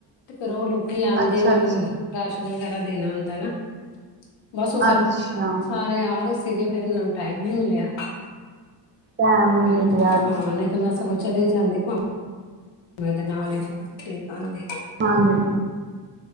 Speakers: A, on the left; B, on the right.
A: ਤੇ, ਫੇਰ ਉਹ ਲੋਕੀ ਆਉਂਦੇ
B: ਅੱਛਾ
A: ਨੇ, ਉਹਨਾਂ
B: ਅੱਛਾ
A: ਨੂੰ ਰਾਸ਼ਨ ਵਗੈਰਾ ਦੇਣਾ ਹੁੰਦਾ ਨਾ। ਬਸ ਉਹ ਫੇਰ,
B: ਅੱਛਾ
A: ਸਾਰੇ ਆ ਰਹੇ ਸੀ। ਸੀਗੇ ਫੇਰ, ਓਹਨਾ ਨੂੰ ਟਾਈਮ ਨੀ ਮਿਲਿਆ।
B: ਟੈਮ ਨੀ
A: ਮੈਨੂੰ
B: ਮਿਲਿਆ ਅੱਛਾ
A: ਹਾਂ-ਨਹੀਂ ਤਾਂ, ਮੈਂਸ ਕੁਛ ਚਲੇੇ ਜਾਂਦੇ ਪਾ ਮੈਂ, ਤੇ, ਨਾਲ ਹੀ ਠੀਕ ਆਂਦੇ
B: ਹਾਂਜੀ।